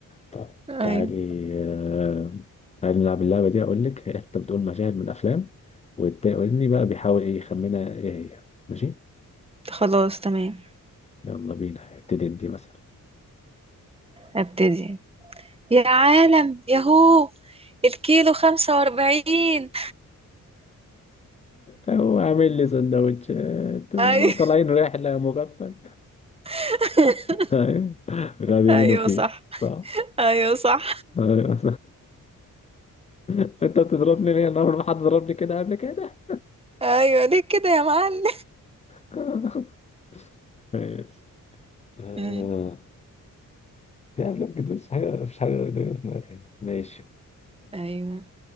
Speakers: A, on the left; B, on the right.
A: طيب
B: ايوه
A: تعالي أه تعالي نلعب اللعبه دي اقول لك <laughs> انت بتقول مشاهد من افلام والتاني بقى بيحاول ايه يخمنها ايه هي ماشي
B: خلاص تمام
A: يلا بينا ابتدي انت مثلا
B: ابتدي يا عالم ياهو الكيلو خمسة واربعين
A: هو عامل لي سندوتشات وطالعين
B: ايوه
A: رحلة مغفل
B: <laughs>
A: أيوة. غبي
B: ايوه
A: منه فيه
B: صح
A: صح
B: ايوه صح
A: أيوة. <laughs> انت بتضربني ليه انا عمري ما حد ضربني كده قبل كده
B: ايوه ليه كده يا معلم
A: <laughs> ماشي آه.
B: أمم،
A: يعني لا بجد مفيش حاجة مفيش حاجة دايما في دماغي هنا ماشي
B: ايوه